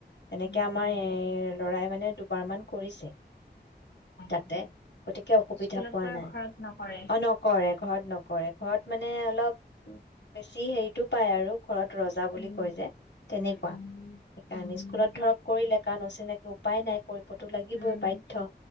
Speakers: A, on the left; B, on the left.
A: এনেকে
B: উম
A: আমাৰ
B: উম
A: এইৰ ল'ৰাই মানে দুবাৰমান কৰিছে। তাতে,
B: অ
A: গতিকে অসুবিধা
B: স্কুলত
A: পোৱা
B: কৰে
A: নাই।
B: ঘৰত নকৰে।
A: অ নকৰে। ঘৰত নকৰে ঘৰত মানে অলপ বেছি হেৰিটো পায় আৰু। ঘৰত ৰজা বুলি।
B: উম
A: কই যে তেনেকুৱা।
B: উম
A: সেইকাৰণে
B: উম
A: স্কুলত ধৰক কৰিলে। কিমান অচিনাকী উপায় নাই। কৰিবতো লাগিবই
B: উম
A: বাধ্য।